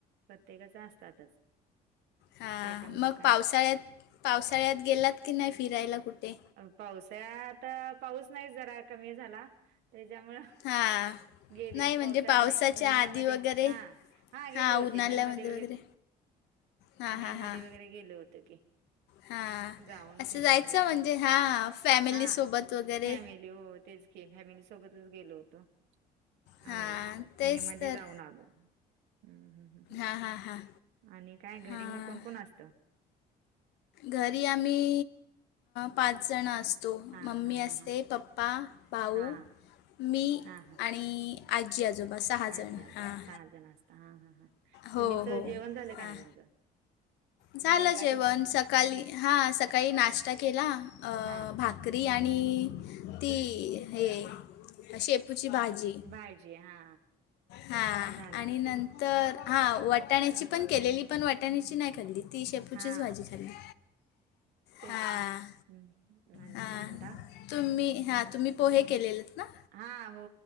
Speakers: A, on the right (about 80°); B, on the left (about 85°).
A: प्रत्येकाच असतातच.
B: हा
A: त्याच्यामुळं
B: मग
A: काय
B: पावसाळ्यात पावसाळ्यात गेलात की नाही फिरायला कुठे.
A: पावसात पाऊस नाही जरा कमी झाला त्याच्यामुळं.
B: हा.
A: गेली
B: नाही म्हणजे
A: पावसाळ्यात
B: पावसाच्या
A: नाही उन्हाळ्यामध्ये
B: आधी वगैरे
A: हा गेले
B: हा
A: होते
B: उन्हाळ्यामध्ये
A: मे मध्ये
B: वगैरे. हा
A: मे
B: हा
A: मध्ये
B: हा.
A: वगैरे गेले होते की
B: हां
A: जाऊन
B: असं
A: फिरून
B: जायचं
A: वगैरे आलो
B: म्हणजे हां फॅमिलीसोबत.
A: हा
B: वगैरे
A: फॅमिली हो तेच की फॅमिली सोबतच गेलो होतो.
B: हां
A: आलो
B: तेच
A: मे मध्ये
B: तर
A: जाऊन आलो हम् ह्
B: हा हा हां.
A: आणि काय घरी
B: हां
A: मग कोण कोण असतं.
B: घरी आम्ही पाच जण असत. तो
A: हा
B: मम्मी
A: हा
B: असते
A: हा हा
B: पप्पा भाऊ
A: हा
B: मी
A: हा हा
B: आणि आजी आजोबा सहाजण
A: आजी आजोबा
B: हां
A: सहा जण असता हा हा हा
B: हो
A: तुम्हीच
B: हो
A: जेवण झालं का
B: हां
A: नाही तुमचं
B: झालं
A: जेवला
B: जेवण
A: की नाही
B: सकाळी हा सकाळी नाष्टा केला अ भात
A: हा
B: भाकरी आणि ती हे शेपूची भाजी.
A: भाजी हा
B: हा
A: झाला
B: आणि
A: असेल
B: न तर हां वाटाण्याची पण केलेली, पण वाटाण्याची नाही खाल्ली. ती शेपूचीच
A: हा
B: भाजी खाल्ली
A: तेच
B: हां
A: की हम्म आणि
B: हां.
A: काय म्हणता
B: तुम्ही हा तुम्ही पोहे केलेलेत ना.
A: हा हो